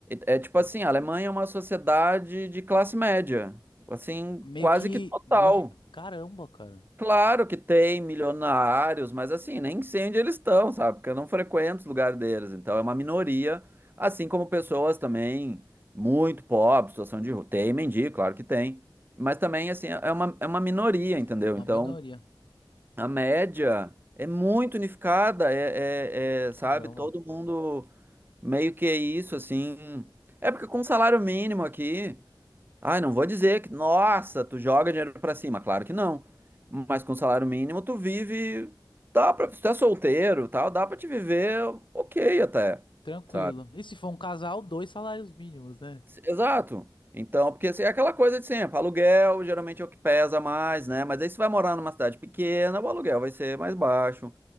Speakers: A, on the right; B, on the left.
A: É, é tipo assim, a Alemanha é uma sociedade de classe média, assim,
B: Meio
A: quase
B: que
A: que total.
B: noje... Caramba, cara.
A: Claro que tem milionários, mas assim, nem sei onde eles estão, sabe? Porque eu não frequento os lugares deles, então é uma minoria, assim como pessoas também muito pobres, situação de rua. Tem mendigo, claro que tem. Mas também, assim, é uma, é uma minoria, entendeu?
B: É uma
A: Então,
B: minoria.
A: a média é muito unificada, é, é- é, sabe?
B: Caramba.
A: Todo mundo meio que é isso, assim. É porque com salário mínimo aqui, ai, não vou dizer que, nossa, tu joga dinheiro pra cima, claro que não. Mas com salário mínimo tu vive, dá pra, se tu é solteiro, e tal, dá pra te viver ok até,
B: Tranquilo.
A: sabe?
B: E se for um casal, dois salários mínimos, né?
A: Exato. Então, porque assim, é aquela coisa de sempre, aluguel geralmente é o que pesa mais, né? Mas aí se vai morar numa cidade pequena, o aluguel vai ser mais baixo.